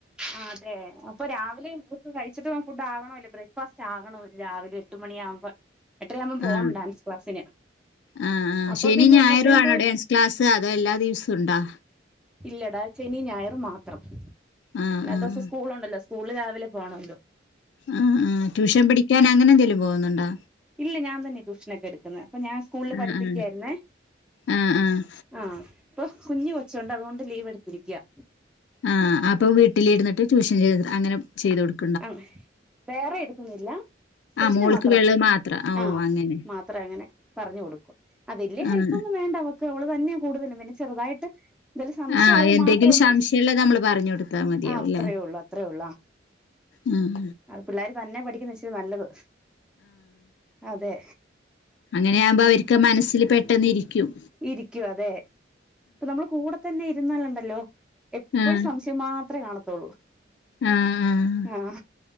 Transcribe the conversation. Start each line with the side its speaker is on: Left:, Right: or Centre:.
Centre: ആഹ് അതെ അപ്പൊ രാവിലെയും ക്കെ കഴിച്ചിട്ട് ഫുഡ് ആകണോ അല്ലേ ബ്രേക്ക്ഫാസ്റ്റ് ആകണോ രാവിലെ, എട്ട്മണിയാകുമ്പോ എട്ടരയാവുമ്പം പോകണം
Left: ആഹ
Centre: ഡാൻസ് ക്ലാസ്സിന്
Left: ആഹ് ആഹ്
Centre: അപ്പൊ
Left: ശനി
Centre: പിന്നെ
Left: ഞായറും
Centre: എന്നതേം
Left: ആണോ
Centre: പോലെ
Left: ഡാൻസ് ക്ലാസ് അത് എല്ലാ ദിവസവും ഉണ്ടോ?
Centre: ഇല്ലടാ ശെനി ഞായർ മാത്രം ഇന്നത്തെ
Left: ആഹ് ആഹ്
Centre: ദിവസം സ്കൂളുണ്ടല്ലോ സ്കൂള രാവിലെ പോകണല്ലോ
Left: ആഹ് ആ ട്യൂഷൻ പഠിക്കാൻ അങ്ങനെ എന്തെങ്കിലും പോകുന്നുണ്ടോ?
Centre: ഇല്ല ഞാൻ തന്നെ ട്യൂഷനൊക്കെ എടുക്കുന്നെ അപ്പൊ ഞാൻ സ്കൂളിൽ
Left: ആഹ്
Centre: പഠിപ്പിക്കായിരുന്നേ
Left: ആഹ് ആഹ് ആഹ്
Centre: ആഹ് ഇപ്പൊ കുഞ്ഞ് കൊച്ചോണ്ട് അതുകൊണ്ട് ലീവ് എടുത്തിരിക്കയാ
Left: ആഹ് അപ്പൊ വീട്ടിൽ ഇരുന്നിട്ട് ട്യുഷൻ ചെയ് അങ്ങനെ ചെയ്തു കൊടുക്കും
Centre: ആഹ് വേറെ എടുക്കൊന്നില്ല കൊച്ചിനെ
Left: ആഹ് മോൾക്ക്
Centre: മാത്രം
Left: വെള്ള മാത്രം ആ,
Centre: ആഹ്
Left: ഓ അങ്ങനെ
Centre: മാത്രങ്ങനെ പറഞ്ഞുകൊടുക്കും അത് വല്ല്യ ഹെല്പ്പൊന്നും
Left: ആഹ്
Centre: വേണ്ട അവക്ക് അവള് തന്നെയാ കൂടുതലും പിന്നെ ചെറുതായിട്ട് എന്തേലും സംശയം
Left: ആഹ്
Centre: ഉള്ളത്
Left: എന്തെങ്കിലും
Centre: മാത്രന്ന്
Left: സംശയള്ളത് നമ്മള് പറഞ്ഞു കൊടുത്താൽ മതിയാവുംല്ലേ
Centre: ആ അത്രയേ ഉള്ളു അത്രയേ ഉള്ളു ആഹ്
Left: ഉം
Centre: അ പിള്ളേര് തന്നെ പഠിക്കുന്ന ഇച്ചിരി നല്ലത് അതെ
Left: അങ്ങനെയകുമ്പോ അവർക്ക് മനസ്സില് പെട്ടെന്ന് ഇരിക്കും
Centre: ഇരിക്കും അതെ ഇപ്പൊനമ്മള് കൂടെ തന്നെ ഇരുന്നാലുണ്ടല്ലോ എപ്പോഴും
Left: ആഹ്
Centre: സംശയാ മാത്രേ കാണത്തുള്ളൂ
Left: ആഹ് ആഹ്
Centre: ആഹ